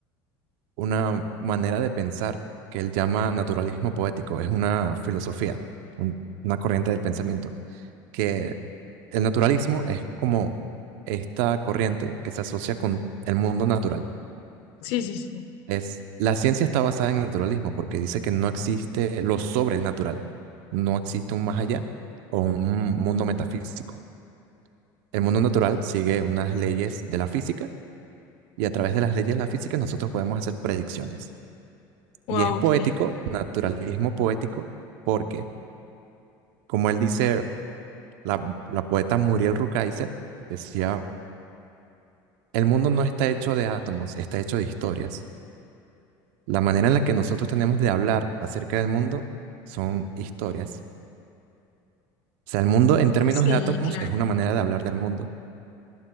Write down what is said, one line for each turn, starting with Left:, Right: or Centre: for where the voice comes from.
Right: una manera de pensar que él llama naturalismo poético. Es una filosofía, un- una corriente del pensamiento, que el naturalismo es como esta corriente que se asocia con el mundo natural
Left: Sí, sí, sí.
Right: Es, la ciencia está basada en el naturalismo porque dice que no existe lo sobrenatural, no existe un más allá o un mundo metafísico. El mundo natural sigue unas leyes de la física y a través de las leyes de la física nosotros podemos hacer predicciones.
Left: Wow,
Right: Y es poético,
Left: ok.
Right: naturalismo poético, porque como él dice, la, la poeta Muriel Rukeyser decía, el mundo no está hecho de átomos, está hecho de historias. La manera en la que nosotros tenemos de hablar acerca del mundo son historias O sea, el mundo en términos
Left: Sí,
Right: de átomos
Left: claro.
Right: es una manera de hablar del mundo.